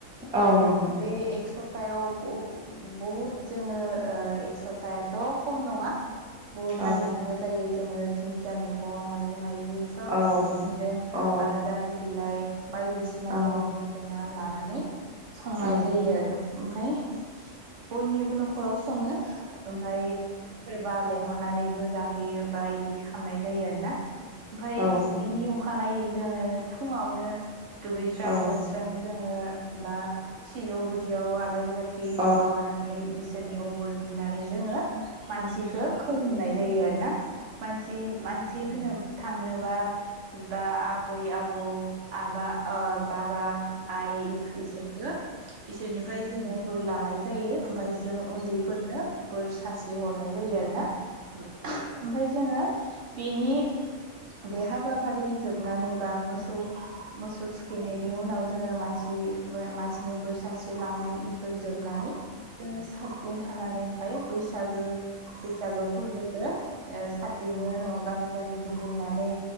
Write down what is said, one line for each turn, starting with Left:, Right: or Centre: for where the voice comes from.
Centre: औ नंगौ
Right: बे एकस सप्तायाव बहुद जोङो एक सप्ता ' खम नङा बुहुत
Centre: औ
Right: नागिरनांगौ जायो। जोङो दिखिया मैगं माइरं बि सब
Centre: औ
Right: खिफिबेनदों
Centre: औ
Right: बा जारि बिलाइ बाटयदिसिना
Centre: औ
Right: जोङो गथ्रेना लानो। नानै। संनाय
Centre: औ
Right: जायो आरो ओमफफ्राय बयनिबो न'खराव सङो। ओमफ्राय सोरबा लेंहरनानैबो जाहोयो बा बिदि खालामनाय जायो आरोना ओमफ्राय
Centre: औ
Right: बिनि अखानायै जोङो फुङावनो दुगैस्रां
Centre: औ
Right: लोबस्रां जोङो बा सिजौ गुदियाव आलारि बाथि थि
Centre: औ
Right: माबानानै इसोरनियाव बुर बिनानै जोङो मानसिखौ नाय जायो आरो ना मानसि मानसि होनो थांनोबा बा आबै आबौ आबा ओ बाबा आइ इसोरखौ इसोरनिफ्राय जोङो बोर लानाय जायो ओमफाय जों उन्दैफोरनो बोर सासे हरनाय जायो आरो ना ओमफाय जोङो बेनि बे हाबाफारि जोबनानै बा मोसौ मोसौ थुखैनायनि उनाव जोङो मानसि थि मानसिनि बोर सास्रि लानाय फोर जोबनानै जोङो बिदिनो थानानै ओमफाय बैसागो फैसागो फोरबोखौ ओ बेनि उनाव गामि गामि गिदिंनानै